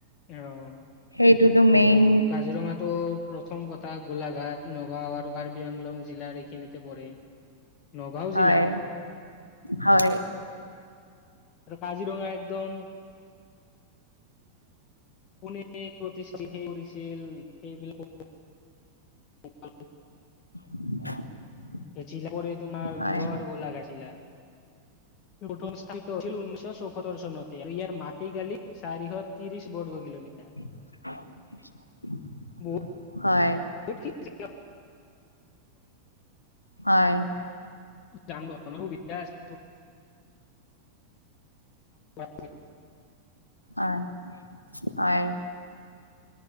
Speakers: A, on the left; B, on the left.
A: অঁ
B: সেইটোতো মেইন
A: আৰু কাজিৰঙটো প্ৰথম কথা গোলাঘাট- নগাঁও আৰু কাৰ্বি আংলং জিলাৰ এইখিনিতে পৰে নগাঁও
B: হয়
A: জিলা।
B: হয়।
A: আৰু কাজিৰঙা একদম- কোনে প্ৰতিষ্ঠি সেই কৰিছিল, সেইবিলা- <inaudible>
B: <inaudible>
A: এই চিলা গৰে তোমাৰ
B: হয়
A: গত
B: হয়
A: গোলা গাথীলা। <inaudible> গন স্থাপিত হৈছিল ঊনৈশ চ সত্তৰ চনতে আৰু ইয়াৰ মাটিকালি চাৰিশ তিৰিশ বৰ্গ কিলমিটাৰ।
B: <inaudible>
A: বহুত
B: হয়।
A: <unintelligible>
B: হয়
A: যান বাহনৰ সুবিধা আছে <unintelligible>
B: অয় অয়।